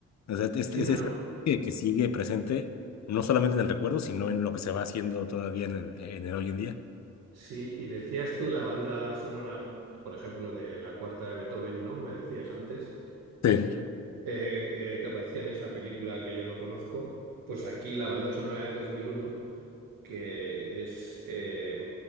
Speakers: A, on the left; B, on the right.
A: O sea, es,
B: Sino,
A: es- es que, que sigue presente no solamente en el recuerdo, sino en lo que se va haciendo todavía en el, en el hoy en día.
B: sí, y decías tú la banda sonora, por ejemplo, de la cuarta de Beethoven, ¿no? Me decías antes,
A: Sí.
B: eh, eh, que aparecía en esa película que yo no conozco. Pues aquí la banda sonora de 2001 que es, eh,